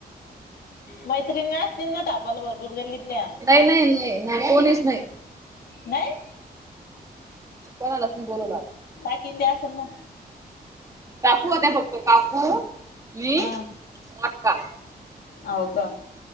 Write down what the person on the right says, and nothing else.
नाही, नाही, नाही नाही कोणीच नाही,
कोण आलाच नाही बोलवला आम्ही
काकू हो त्या फक्त काकू मी
आक्का